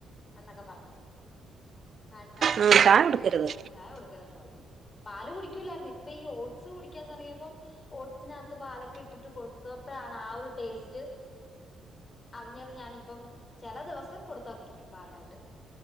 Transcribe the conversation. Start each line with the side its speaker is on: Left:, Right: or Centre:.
Left: എന്നൊക്കെ പറഞ്ഞു അയെൺ കണ്ടന്റും
Right: ഉം ചായ കുടിക്കരുത്
Left: ക്കെ പോകും ചായ കൊടുക്കരുതെന്ന് പറഞ്ഞു പാൽ കുടിക്കൂലായിരുന്നു ഇപ്പ ഈ ഓഡ് ഓട്സ് കുടിക്കാൻ തൊടങ്ങിയപ്പം ഓട്സിനകത്ത് പാലൊക്കെ ഇട്ടിട്ട് കൊടുത്തപ്പോഴാണ് ആ ഒരു ടേസ്റ്റ് അറിഞ്ഞറിഞാനിപ്പം ചെല ദിവസം കൊടുത്താ കുടിക്കും പാലായിട്ട്